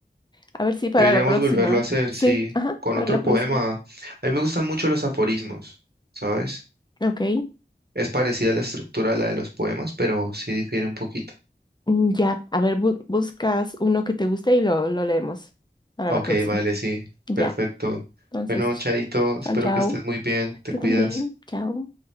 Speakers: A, on the left; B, on the right.
A: A ver si para
B: Deberíamos
A: la próxima.
B: volverlo a hacer,
A: Sí,
B: sí,
A: ajá,
B: con
A: para
B: otro
A: la
B: poema.
A: próxima.
B: A mí me gustan mucho los aforismos, ¿sabes?
A: Ok,
B: Es parecida la estructura a la de los poemas, pero sí difiere un poquito.
A: mm, ya, a ver, bu- buscas uno que te guste y lo, lo leemos para
B: Ok,
A: la próxima.
B: vale, sí,
A: Ya,
B: perfecto.
A: entonces,
B: Bueno,
A: ch-
B: Chaito,
A: chao,
B: espero
A: chao.
B: que estés muy bien, te
A: Tú
B: cuidas.
A: también, chao.